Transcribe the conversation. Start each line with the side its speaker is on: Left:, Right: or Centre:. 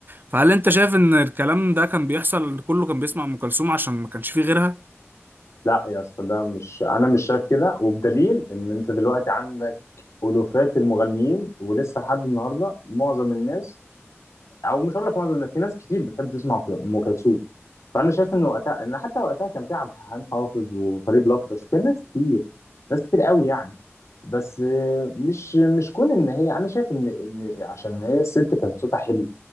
Right: فهل انت شايف ان الكلام ده كان بيحصل كله كان بيسمع ام كلثوم عشان ما كانش فيه غيرها
Left: لا يا اسطى ده مش انا مش شايف كده وبدليل ان انت دلوقتي عندك الوفات المغنيين ولسه لحد النهارده معظم الناس او مش هقول لك معظم الناس، في ناس كتير بتحب تسمع ام كلثوم فانا شايف ان وقتها ان حتى وقتها كان في عبد الحليم حافظ وفريد الأطرش في ناس كتير ناس كتير قوي يعني بس آه، مش مش كون ان هي انا شايف ان ان عشان هي الست كان صوتها حلو